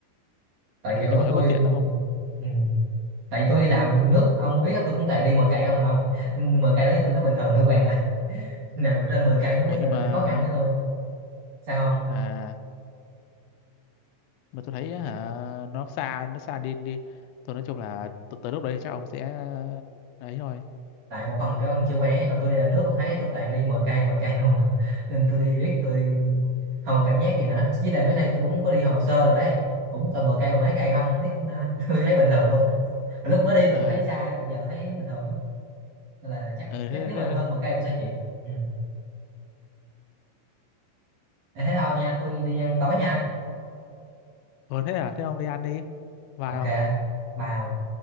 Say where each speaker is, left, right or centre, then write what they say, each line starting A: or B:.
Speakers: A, on the right (about 60°); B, on the left (about 85°).
A: tại
B: ừ
A: kiểu
B: nhưng mà hơi
A: tôi
B: bất tiện đó không
A: ừ, tại vì tôi đi làm nước ông biết á, tôi cũng toàn đi 10 cây không mà ông <laughs> Nên 10 cây đấy tôi nó bình thường hơi quen rồi <laughs> nào mà trên mười
B: ừ,
A: cây nó mới
B: ủa nhưng
A: gọi
B: mà
A: là nó khó khăn với tôi sao không
B: à mà tôi thấy á hả nó xa nó xa đi đi tôi nói chung là t- tới lúc đấy thì chắc ông sẽ ấy thôi
A: tại một phần cái ông chưa quen ấy, còn tôi đi làm nước ông thấy tôi toàn đi 10 cây 10 cây không à <laughs> nên tôi đi riết tôi không còn cảm giác gì nữa với lại mấy nay tôi cũng có đi học Sơ rồi đấy cũng toàn 10 cây mười mấy cây không biết <laughs> tôi thấy bình thường luôn lúc mới đi tôi
B: ờ
A: còn thấy xa còn giờ tôi thấy bình thường lắm nên là chắc
B: ờ thế,
A: chắc nếu
B: thế,
A: mà hơn 10 cây tôi sẽ chuyển ừ. để thế thôi nha tôi đi ăn tối nha
B: Ủa, thế à thế ông đi ăn đi bye
A: ok
B: ông
A: bye ông